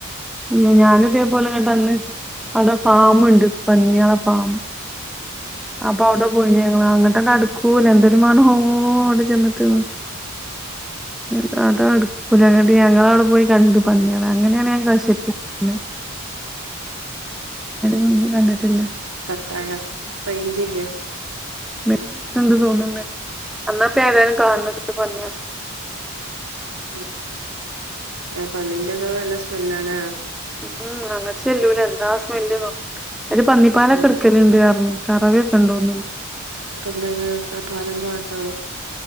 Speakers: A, in the centre; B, on the right.
A: ഉ ഞാന്തേപോലെ കേട്ടാ അന്ന് അവിടെ ഫാമുണ്ട് പന്നിയാളെ ഫാം അപ്പൊ അവിടെ പോയിനി ഞങ്ങള് അങ്ങോട്ട അടുക്കൂല എന്തൊരു മണോ അവിടെ ചെന്നിട്ട്ന്ന്
B: അം
A: ട്ടാ അടുക്കൂലങ്കട്ടി ഞങ്ങളവിടെ പോയി കണ്ടു പന്നിയളെ അങ്ങനെയാണ് ഞാങ്ക കുന്നത് മുന്നേ കണ്ടിട്ടില്ല
B: കട്ടായ <inaudible> ജില്ല
A: മെര്ന്ന് അട് ച്ചാണ്ട് തോന്ന്ണ്ട്. അന്നാപ്പ ഏതായാലും കാണ് ണെ പന്ന്യാണ്
B: ഉം ഏഹ് പന്നിന്റെതോ നല്ല സ്മെല്ലാലെ
A: ഉം അങ്ങട്ട് ചെല്ലൂല എന്താ സ്മെല്ല്ന്നോ. അയ്ല് പന്നിപ്പാലൊക്കെ
B: ആഹ്
A: ഇട്ക്കലുണ്ട് കാരഞ്ഞ കറവേൊക്കെണ്ടോന്ന്ണ്ട്
B: ഇപ്പൊ എന്തയ്ന് ആ പാലന്താ കാട്ടാവൊ